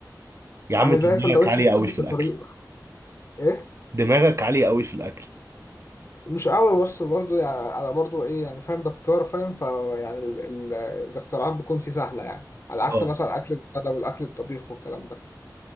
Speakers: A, on the right; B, on the left.
A: يا عم
B: يعني
A: انت
B: زي
A: دماغك
B: سندوتش
A: عالية
B: كده
A: قوي في
B: بس
A: الاكل
B: طريقة ايه
A: دماغك عالية قوي في الاكل
B: مش قوي بس برضه يعني انا برضه ايه يعني فاهم ده فطار فاهم فيعني ال- ال- الاختراعات بتكون فيه سهلة يعني على
A: اه
B: عكس مثلا اكل الغدا والاكل الطبيخ والكلام ده